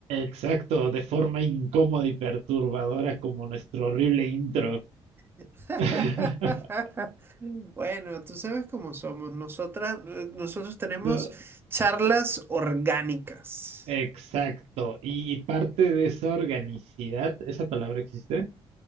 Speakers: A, on the right (about 80°); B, on the right (about 20°).
A: Exacto, de forma incómoda y perturbadora como nuestro horrible intro.
B: <laughs>
A: <laughs>
B: Bueno, tú sabes cómo somos. Nosotras, eh, nosotros tenemos
A: No.
B: charlas orgánicas.
A: Exacto. Y parte de esa organicidad, ¿esa palabra existe?